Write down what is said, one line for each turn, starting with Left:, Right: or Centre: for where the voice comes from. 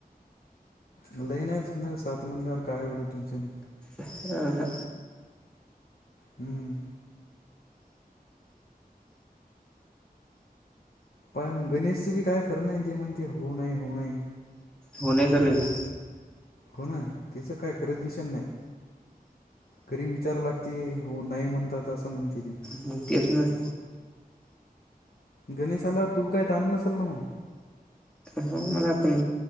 Left: लई नाही न. सात म्हणल्यावर, काय एवढं टेन्शनय.
Centre: ह, ह.
Left: हम्म. पाय मग, गणेशचं बी काय खरं नाही. ते म्हणते हो, नाही. हो, नाही.
Centre: हो, नाही चालूय का?
Left: हो ना. तीचं काय, खरंच दिशन नाही. घरी विचाराव लागते. हो, नाही म्हणतात. असं म्हणती ते
Centre: हो, तेच ना.
Left: गणेश आल्यावर, तुल काय ताण नसेल ना, मग.
Centre: हा मला पण,